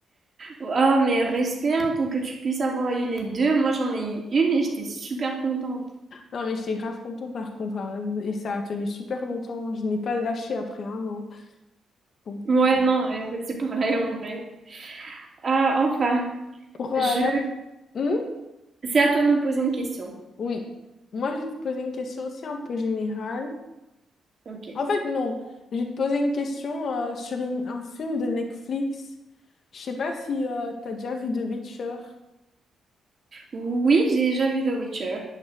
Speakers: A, on the right; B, on the left.
A: Oh, mais respect hein, pour que tu puisses avoir eu les deux. Moi, j'en ai eu une et j'étais super contente.
B: Non, mais j'étais grave contente par contre. hein. Et ça a tenu super longtemps. Je n'ai pas lâché après un an. Bon.
A: Ouais, non, ouais, ouais, c'est pareil en vrai. Ah, enfin,
B: Pour euh,
A: je...
B: la... Hmm
A: c'est à toi de me poser une question.
B: Oui. Moi, je vais te poser une question aussi un peu générale.
A: Ok.
B: En fait, non. Je vais te poser une question euh, sur une- un film de Netflix. Je sais pas si euh, t'as déjà vu The Witcher.
A: Oui, j'ai déjà vu The Witcher.